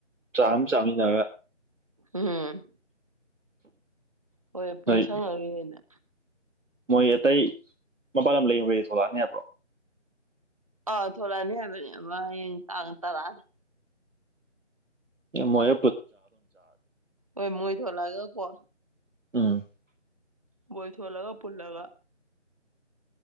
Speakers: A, on the right (about 85°); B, on the right (about 30°).
A: ꯆꯥꯛ ꯑꯃ ꯆꯥꯃꯤꯟꯅꯔꯒ
B: ꯎꯝ ꯍꯣꯏ ꯄꯨꯟ
A: ꯑꯩ
B: ꯁꯪꯉꯔꯣꯏꯉꯩꯗ
A: ꯃꯣꯏ ꯑꯇꯩ ꯃꯄꯥꯜ ꯂꯝ ꯂꯩꯕꯒꯩ ꯊꯣꯛꯂꯛꯑꯅꯤ ꯍꯥꯏꯕ꯭ꯔꯣ
B: ꯑꯥ ꯊꯂꯛꯑꯅꯤ ꯍꯥꯏꯕꯅꯦ ꯑꯃꯥ ꯍꯌꯦꯡ ꯇꯥꯡ ꯇꯔꯥꯗ
A: ꯃꯣꯏ
B: ꯑꯣꯏ ꯃꯣꯏ ꯊ ꯂꯒꯦ ꯀꯣ
A: ꯎꯝ
B: ꯣꯏ ꯊꯂꯒ ꯄꯨꯜꯂꯒ